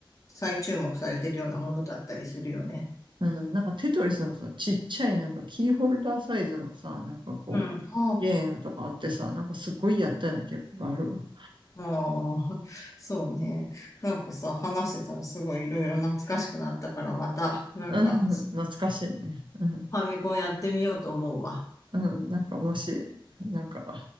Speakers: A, on the left; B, on the right.
A: 再注目されてるようなものだったりするよね。
B: うん、なんかテトリスのさ、ちっちゃいなんかキーホルダーサイズのさ、なんかこう、
A: うん。ああ。
B: ゲームとかあってさ、なんかすごいやったような記憶があるわ。
A: ああ、そうね。なんかさ、話してたらすごいいろいろ懐かしくなったから、また、なんか、
B: うん、懐かしいね。うん、
A: ファミコンやってみようと思うわ。
B: うん、なんかもし、なんか